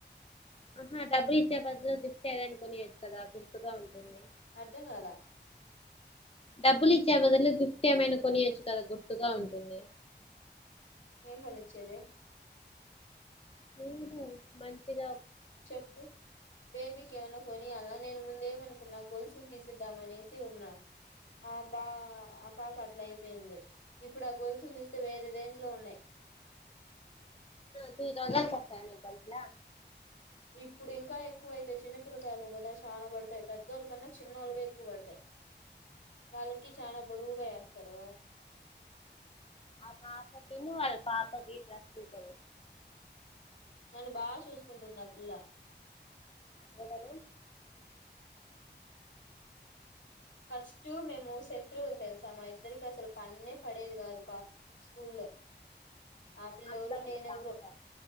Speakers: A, on the left (about 30°); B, on the left (about 85°).
A: ఆహా డబ్బులు ఇచ్చే బద్లో గిఫ్ట్ ఏదయిన కొనియచ్చు కదా గుర్తుగా ఉంటుంది
B: అర్ధం గాలా
A: డబ్బులు ఇచ్చే బదులు గిఫ్ట్ ఏమైనా కొనియొచ్చు కదా గుర్తుగా ఉంటుంది
B: ఏం పనిచ్చది
A: అద మంచిద
B: చెప్పు పేబ కేవనా కో అలా నేను ముందేమనుకున్నా గొలుసులు తీసిద్దాం అనేసి ఉన్నా ఆ బా ఆ పాప అట్లా అయిపోయింది ఇప్పుడు ఆ గొలుసులు చూస్తే వేరే రేంజ్ లో ఉన్నాయి్
A: త దౌజండ్ కసని గల్ట్లా
B: ఇప్పుడు ఇంకా ఎక్కువైతయి చిన్న పిల్లకాయలు కదా చానా పడతాయి పెద్దోళ్ళ కన్నా చిన్నోళ్ళుగా ఎక్కువ పడతాయి వాళ్ళకి చానా బరువుగా వేస్తారు
A: ఆ పాప కన్న వాళ పాపకిస్తు కూడా
B: నన్ను బాగా చూసుకుంటున్న పిల్ల
A: ఎవరు
B: ఫస్ట్ మేము శత్రువులు తెలుసా మా ఇద్దరికి అసలు పన్ననే పడేది కాదు కా స్కూల్లో ఆపిల్
A: అట్లా
B: ఎవరో
A: వాళ్ళే
B: నేనె
A: బాగుంటారు
B: ఎవరో